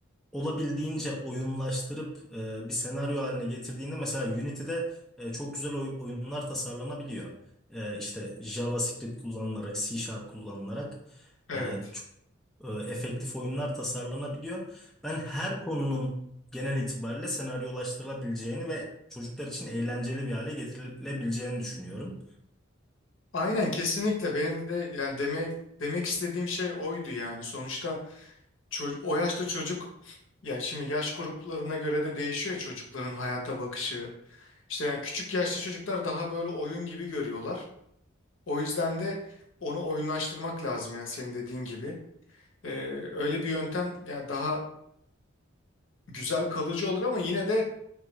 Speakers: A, in the centre; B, on the left.
A: olabildiğince oyunlaştırıp e, bir senaryo haline getirdiğinde mesela Unity'de e, çok güzel oy- oyunlar tasarlanabiliyor. E, işte JavaScript kullanılarak, C Sharp kullanılarak.
B: Evet.
A: E, e, efektif oyunlar tasarlanabiliyor. Ben her konunun genel itibariyle senaryolaştırılabileceğini ve çocuklar için eğlenceli bir hale getirilebileceğini düşünüyorum.
B: Aynen kesinlikle benim de yani demek demek istediğim şey oydu yani. Sonuçta ço- o yaşta çocuk ya şimdi yaş gruplarına göre de değişiyor ya çocukların hayata bakışı. İşte yani küçük yaşta çocuklar daha böyle oyun gibi görüyorlar. O yüzden de onu oyunlaştırmak lazım yani senin dediğin gibi. Ee, öyle bir yöntem yani daha güzel kalıcı olur ama yine de